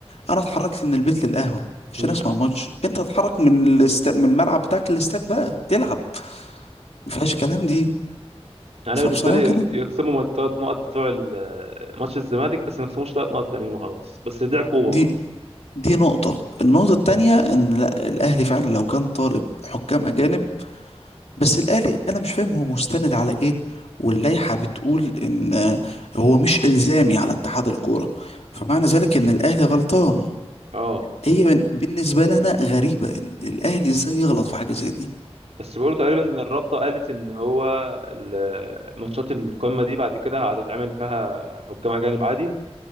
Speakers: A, on the left; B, on the right.
A: انا اتحركت من البيت للقهوة عشان
B: <laughs>
A: اسمع الماتش انت اتحرك من الاست... من الملعب بتاعك للاستاد بقى تلعب ما فيهاش كلام دي
B: انا
A: فبصراحة
B: بالنسبه لي
A: كانت
B: يخصموا الثلاث نقط بتوع ال- ماتش الزمالك بس ما يخصموش ثلاث نقط تانيين وخلاص بس دي عقوبه
A: دي
B: برضه
A: دي نقطة النقطة التانية ان لا الاهلي فعلا لو كان طالب حكام اجانب بس الآلي أنا مش فاهم هو مستند على إيه واللائحة بتقول إن آه، هو مش إلزامي على اتحاد الكورة فمعنى ذلك إن الأهلي غلطان
B: اه
A: هي بن- بالنسبة لنا غريبة إن الأهلي إزاي يغلط في حاجة زي دي
B: بس بيقولوا تقريبا ان الرابطه قالت ان هو ال- ماتشات القمه دي بعد كده هتتعمل فيها حكام اجانب عادي